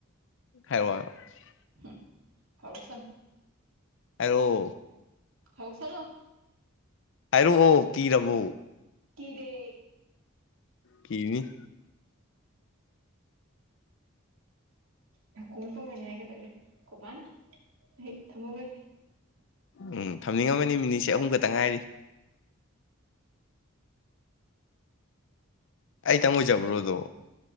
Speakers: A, on the left; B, on the right.
A: ꯍꯥꯏꯔꯣꯛ ꯍꯥꯢꯔꯣꯛ
B: ꯍꯝ ꯍꯧꯔꯛꯁꯥꯅꯨ
A: ꯍꯥꯏꯔꯛꯑꯣ
B: ꯍꯧꯁꯥꯅꯨ
A: ꯍꯥꯏꯔꯛꯑꯣ ꯀꯤꯔꯕꯣ
B: ꯀꯤꯗꯦ
A: ꯀꯤꯅꯤ
B: ꯅꯥꯀꯣꯡ ꯄꯪꯒꯅꯤ ꯍꯥꯏꯒꯗꯪꯅ ꯀꯧꯕꯥꯅ ꯑꯩ ꯊꯝꯃꯧꯒꯦ
A: ꯎꯝ ꯊꯝꯅꯤꯡꯉꯝꯃꯅꯤ ꯃꯤꯅꯤꯠꯁꯦ ꯑꯍꯨꯝ ꯈꯛꯇ ꯉꯥꯏꯔꯤ ꯑꯩꯇꯪ ꯑꯣꯏꯖꯕ꯭ꯔꯣ ꯑꯗꯣ